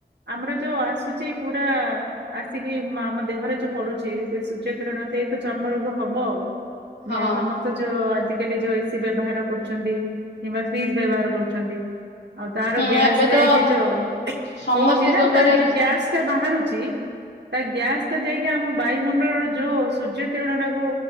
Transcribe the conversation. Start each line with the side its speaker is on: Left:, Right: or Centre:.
Right: ଆମର ଯୋଉ ଆସୁଛି ପୁରା ଆସିକି ଆମ ଦେହରେ ଯୋଉ ପଡୁଛି, ସେ ସୂର୍ଯ୍ୟ କିରଣ ସେଇତ ଚର୍ମ ରୋଗ ହବ ଆଉ। <unintelligible>
Left: ହଁ
Right: ଏସ ଯୋଉ ଆଜିକାଲି ଯୋଉ ଏ ସି ବ୍ୟବହାର କରୁଛନ୍ତି କିମ୍ବା ଫ୍ରିଜ ବ୍ୟବହାର କରୁଛନ୍ତି। ଆଉ ତାର
Left: ହୁଁ
Right: ଗ୍ୟାସ୍
Left: ଏବେ
Right: ଯାଇକି
Left: ତ
Right: ଯୋଉ,
Left: ସମସ୍ତିଙ୍କ
Right: ହଉଛି ନା
Left: ଘରେ
Right: ତାର ଯୋଉ ଗ୍ୟାସ ବାହାରୁଛି। ତା ଗ୍ୟାସ୍ ଟ ଯାଇକି ଆମ ବାୟୁମଣ୍ଡଳର ଯୋଉ ସୂର୍ଯ୍ୟ କିରଣ ଟାକୁ